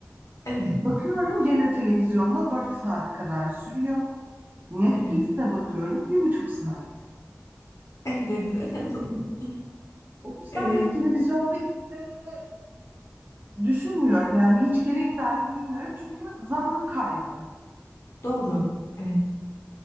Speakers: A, on the left (about 70°); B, on the right (about 35°).
A: evet.
B: Bakıyorum gene televizyonda 4 saat kadar sürüyor. Netflix'te
A: Evet,
B: bakıyorum bir buçuk saat.
A: evet. <laughs>
B: O yüzden
A: Eee,
B: hani televizyonda izlemeye Düşünmüyorum yani hiç gerek dahi duymuyorum çünkü zaman kaybı.
A: doğru. Evet.